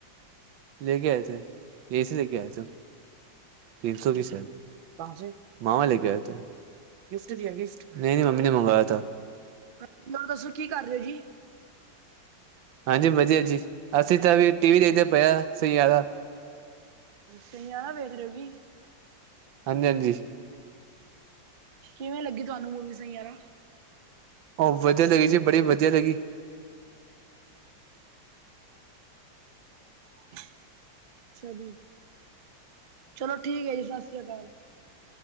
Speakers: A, on the right (about 80°); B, on the right (about 60°).
A: ਲੇ ਕੇ ਆਏ ਥੇ ਯਹੀ ਸੇ ਲੇ ਕੇ ਆਏ ਥੇ <unintelligible> ਮਾਮਾ ਲੈ ਕੇ ਆਏ ਥੇ ਗਿਫਟ ਦਿਆ ਗਿਫਟ ਨਹੀਂ- ਨਹੀਂ ਮੰਮੀ ਨੇ ਮੰਗਵਾਯਾ ਥਾ।
B: ਮੈਨੂੰ ਦਸੋ ਕੀ ਕਰ ਰਹੇ ਹੋ ਜੀ।
A: ਹਾਂਜੀ ਵਧੀਆ ਜੀ ਅਸੀਂ ਤਾਂ ਵੀ ਟੀ ਵੀ ਦੇਖਦੇ ਪਏ ਆ ਸਹੀਆਰਾ
B: ਸਹੀਆਰਾ ਵੇਖ ਰੇ ਹੋ ਕਿ
A: ਹਾਂਜੀ- ਹਾਂਜੀ
B: ਕਿਵੇਂ ਲੱਗੀ ਤੁਹਾਨੂੰ ਮੂਵੀ ਸਹੀਯਾਰਾ
A: ਓਹ ਵਧੀਆ ਹੈਗੀ ਜੀ ਬੜੀ ਵਧੀਆ ਲੱਗੀ।
B: ਅੱਛਾ ਜੀ ਚਲੋ ਠੀਕ ਹੈ ਜੀ ਸਾ ਸ੍ਰੀ ਅਕਾਲ।